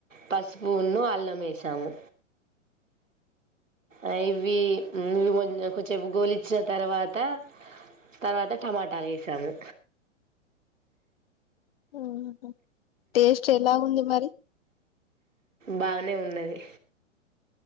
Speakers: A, on the right; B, on the left.
A: పసుపున్ను అల్లం వేసాము అ ఇవి ఇవి కొంచెపు గోలిచ్చిన తర్వాత తర్వాత టమాటాలు వేసాము
B: ఉహు టేస్ట్ ఎలా ఉంది మరి
A: బాగనే ఉన్నది